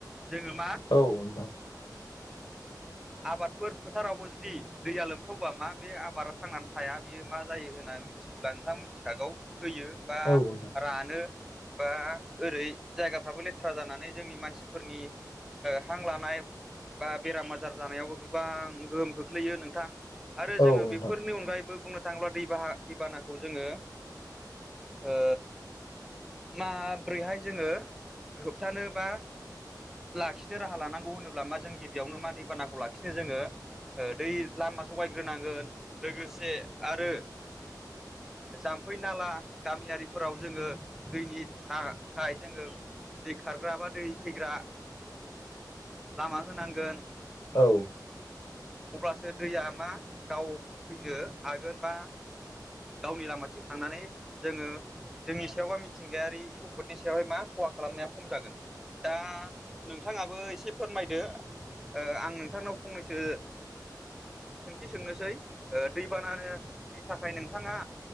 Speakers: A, in the centre; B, on the left.
A: जोङो मा
B: औ नोंथां <inaudible>
A: आबादफोर फोथारावबो जुदि दैया लोमसावबा मा बे आबादा थांनानै थाया बियो मा जायो होननानै मिथियोब्ला नोंथाङा मिथिखागौ थैयो बा
B: औ नोंथां औ नोंथां औ
A: रानो बा ओरै जायगाफ्राबो लेथ्रा जानानै जोंनि मानसिफोरनि ओ हां लानाय बा बेराम आजार जानायावबो गोबां गोहोम खोख्लैयो नोंथां आरो जोङो
B: औ नोंथां
A: बेफोरनि अनगायैबो बुंनो थाङोब्ला दैबाहा दैबानाखौ जोङो ओ माब्रैहाय जोङो होबथानोबा लाखिनो राहा लानांगौ होनोब्ला मा जों गिबियावनो मा दैबानाखौ लाखिनो जोङो दै लामा सगायग्रोनांगोन लोगोसे आरो जाम्फै नाला गामियारिफोराव जोङो दैनि थाखाय जोङो दै खारग्रा बा दै फैग्रा लामा होनांगोन
B: औ
A: अब्लासो दैया मा गाव फैनो हागोन बा गावनि लामाथिं थांनानै जोङो जोंनि सायावबा मिथ मिथिंगायारि सम्पदनि सायावहाय मा खहा खालामनाया खम जागोन दा नोंथाङाबो एसे फोरमायदो ओ आं नोंथांनाव फंनैसो सोंथि सोंनोसै ओ दैबानानि थाखाय नोंथाङा